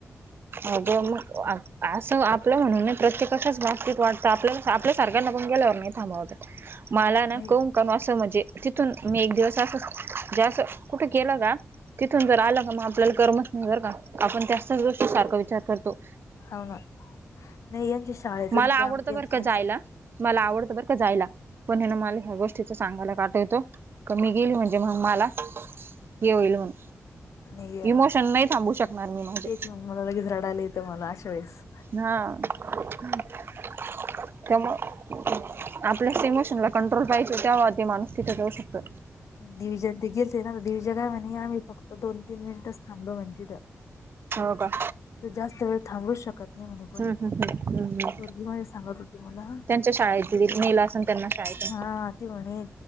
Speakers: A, on the right (about 50°); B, on the left (about 85°).
A: अगं मग असं आपलं म्हणून नाही प्रत्येकाच्याच बाबतीत वाटतं. आपल्याला आपल्या सारख्यांना पण गेल्यावर नाही थांबाव वाटत. मला ना
B: नाही
A: को करण असं म्हणजे तिथून मी एक दिवस असंच, म्हणजे असं कुठे केलं का? तिथून जर आलं का, मग आपल्याला करमत नाही बर का, आपण त्यास त्यास गोष्टी सारखा विचार करतो.
B: हाव ना. नाही यांच्या शाळेतून
A: मला
B: कॅम्प
A: आवडतं
B: गेल
A: बर
B: त्यांचा
A: का जायला. मला आवडतं बर का जायला. पण हे ना मला या गोष्टी तिथ सांगायला काठा येतो का, मी गेली म्हणजे मग मला ये होईल म्हणून
B: नाही यार,
A: इमोशन नाही थांबू शकणार मी माझे
B: तेच मला लगेच रडायला येत त मला अशा वेळेस.
A: हा <inaudible> त्यामुळ आपल्यास इमोशनला कंट्रोल पाहिजे, त्यावा ते माणूस तिथे जाऊ शकतो.
B: दिग्विजय न ते गेल ते ना दिग्विजय ला म्हणे आम्ही फक्त दोन, तीन मिनटच थांबलो म्हणे तिथ.
A: हो काय?
B: तर जास्त वेळ थांबूच शकत नाही म्हणे कोणी,
A: हम्म हम्म हम्म
B: पोरगी माझी सांगत होती मला
A: त्यांच्या <unintelligible> <inaudible> शाळेतून
B: हा ती म्हणे,